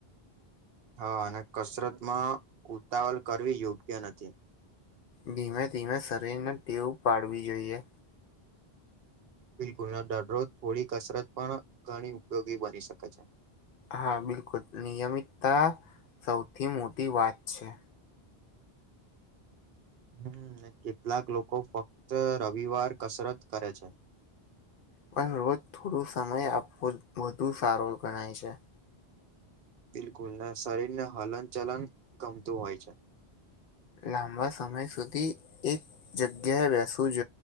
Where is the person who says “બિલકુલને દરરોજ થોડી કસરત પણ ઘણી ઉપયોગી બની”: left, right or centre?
Right